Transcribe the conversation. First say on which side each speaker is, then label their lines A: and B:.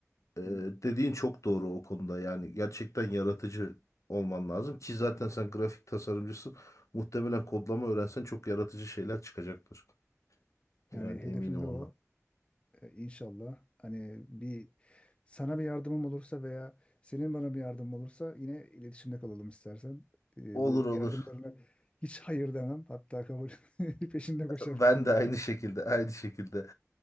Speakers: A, on the left; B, on the left.
A: Ee,
B: Hı.
A: dediğin çok doğru o konuda. Yani gerçekten yaratıcı olman lazım ki zaten sen grafik tasarımcısın. Muhtemelen kodlama öğrensen çok yaratıcı şeyler çıkacaktır. Yani
B: Yani hedefim
A: eminim
B: de
A: ona.
B: o. E, İnşallah hani bir sana bir yardımım olursa veya senin bana bir yardımın olursa yine iletişimde kalalım istersen. E,
A: Olur
B: bu
A: olur.
B: yardımlarına hiç hayır demem. Hatta kabul <laughs> peşinde koşarım.
A: Ben de aynı şekilde, aynı şekilde.